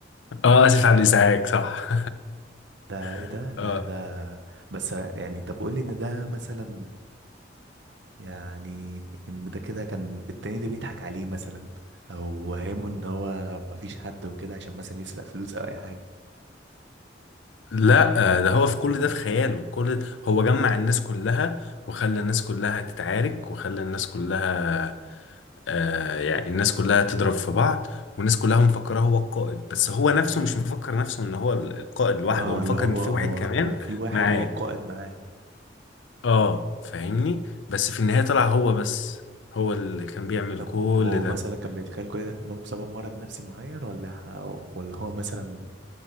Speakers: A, on the left; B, on the right.
A: اه اسف على الازعاج صح
B: ده ايه
A: <laughs>
B: ده لا
A: اه
B: ده بس يعني طب قول لي ان ده مثلا يعني ان ده كده كان التاني ده بيضحك عليه مثلا او وهمه ان هو مفيش حد وكده عشان مثلا يسرق فلوس او اي
A: لا آه، ده هو في كل ده في خياله كل ده هو جمع الناس كلها وخلى الناس كلها تتعارك وخلى الناس كلها آه يعني الناس كلها تضرب في بعض والناس كلها مفكره هو القائد بس هو نفسه مش مفكر نفسه ان هو القائد لوحده
B: اه
A: هو مفكر
B: اللي هو
A: ان في
B: هو
A: واحد كمان
B: هو في واحد
A: معاه
B: هو القائد معاه
A: اه فاهمني بس في النهايه طلع هو بس هو اللي كان بيعمل
B: طب
A: كل
B: وهو
A: ده
B: مثلا كان بيتخيل كل ده في دماغه بسبب مرض نفسي معين ولا ح- ولا هو مثلا